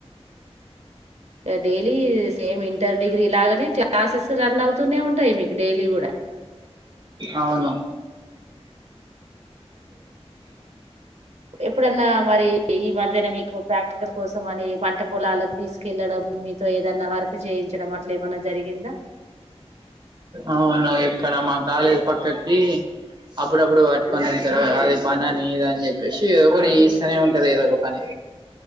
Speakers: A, on the right; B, on the right.
A: డైలీ సేమ్ ఇంటర్ డిగ్రీ లాగానే క్లాసెస్ రన్ అవుతూనే ఉంటాయి మీకు డైలీ కూడా
B: అవును
A: ఎప్పుడన్నా మరి ఈ మధ్యన మీకు ప్రాక్టికల్ కోసం అని పంట పొలాలకు తీసుకెళ్ళడం మీతో ఏదన్నా వర్క్ చేయించడం అట్లా ఏమన్నా జరిగిందా
B: అవును ఇక్కడ మా కాలేజీ పక్కకి అబ్బా అప్పుడప్పుడు పట్టుకొని వెళ్తారు అది పని అని ఇద అని చెప్పేసి ఒకటి ఇస్తనే ఉంటంది ఏదో ఒక పని